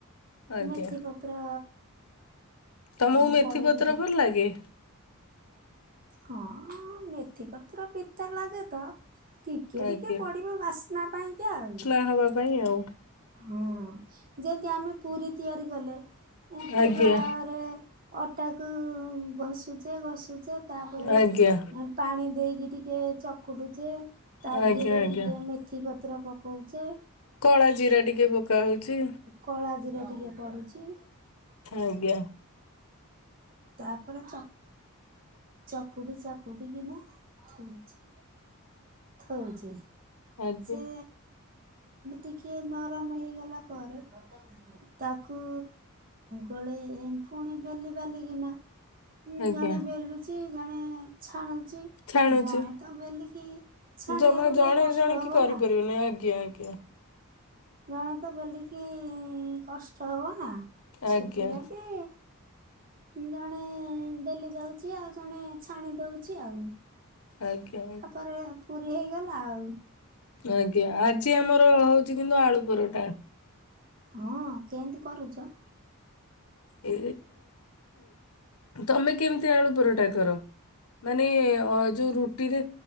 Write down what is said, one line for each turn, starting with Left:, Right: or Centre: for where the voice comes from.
Left: ଆଜ୍ଞା।
Right: ମେଥି ପତ୍ର
Left: ତମକୁ
Right: ହଁ
Left: ମେଥିପତ୍ର
Right: ପଡ଼େ ବି ଟିକେ
Left: ଭଲ ଲାଗେ?
Right: ହଁ ମେଥି ପତ୍ର ପିତା ଲାଗେ ତ। ଟିକେ-ଟିକେ
Left: ଆଜ୍ଞା।
Right: ପଡିବ ବାସ୍ନା ପାଇଁକା ଆଉ।
Left: <unintelligible> ହବା ପାଇଁ ଆଉ।
Right: ହଁ ଯେମତି ଆମେ ପୁରୀ ତିଆରି କଲେ
Left: ଆଜ୍ଞା
Right: ତେଲରେ ଅଟାକୁ ଘଷୁଚେ ଘଷୁଚେ ତାପରେ
Left: ଆଜ୍ଞା
Right: ପାଣି ଦେଇକି ଟିକେ ଚକୁଟୁଚି ତା
Left: ଆଜ୍ଞା
Right: ଧିଏରେ
Left: ଆଜ୍ଞା।
Right: ଟିକେ ମେଥି ପ ତ୍ର ପକଉଚେ।
Left: କଳା ଜିରା ଟିକେ ପକା ହଉଚି।
Right: କଳା ଜିରା ଟିକେ ପଡ଼ୁଚି।
Left: ଆଜ୍ଞା।
Right: ତାପରେ ଚକୁଟି ଚାକୁଟିିକିନା ଥଉଚେ। ଥୋଉଚେ
Left: ଆଜ୍ଞା।
Right: ସେ ଟିକେ ନରମ ହେଇଗଲା ପରେ ତାକୁ ଗୋଳେ ପୁଣି ବେଲି ବାଲିିକିନା
Left: ଆଜ୍ଞା
Right: ଜଣେ ବେଲୁଛି ଜଣେ ଛାଣୁଛି
Left: ଛାଣୁଛି
Right: ଜଣେ ତ ବେଲିକି ଛାଣିବାକୁ
Left: ଜମା
Right: ଟିକେ
Left: ଜଣେ
Right: କଷ୍ଟ
Left: ଜଣେ
Right: ହବ
Left: କି କରିପାରିବେନି
Right: ନା
Left: ଆଜ୍ଞା ଆଜ୍ଞା
Right: ଜଣେ ତ ବେଲିକି କଷ୍ଟ ହବ ନା ସେଥିଲାାଗି
Left: ଆଜ୍ଞା
Right: ଜଣେ ବେଲି ଦଉଛି ଆଉ ଜଣେ ଛାଣି ଦଉଛି ଆଉ
Left: ଆଜ୍ଞା
Right: ତାପରେ ପୁରୀ ହେଇଗଲା ଆଉ
Left: ଆଜ୍ଞା ଆଜି ଆମର ହଉଛି କିନ୍ତୁ ଆଳୁ ପରଟା
Right: ହଁ କେମିତି କରୁଛ
Left: ଏ ତମେ କେମିତି ଆଳୁ ପରଟା କର ମାନେ ଅ ଯୋଉ ରୁଟିରେ